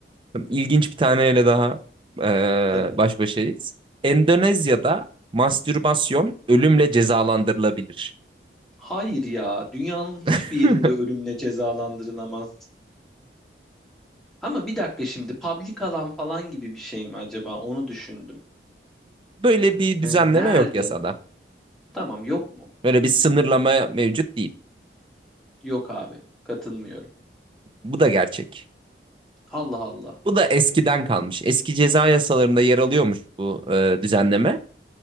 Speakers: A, on the right (about 30°); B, in the centre.
A: İlginç bir taneyle daha e,
B: Tabii.
A: baş başayız. Endonezya'da mastürbasyon ölümle cezalandırılabilir.
B: Hayır ya. Dünyanın hiçbir
A: <laughs>
B: yerinde ölümle cezalandırılamaz. Ama bir dakika şimdi public alan falan gibi bir şey mi acaba? Onu düşündüm.
A: Böyle bir
B: Hani
A: düzenleme
B: nerede?
A: yok yasada.
B: Tamam yok mu?
A: Böyle bir sınırlama mevcut değil.
B: Yok abi. Katılmıyorum.
A: Bu da gerçek.
B: Allah Allah.
A: Bu da eskiden kalmış. Eski ceza yasalarında yer alıyormuş bu e, düzenleme.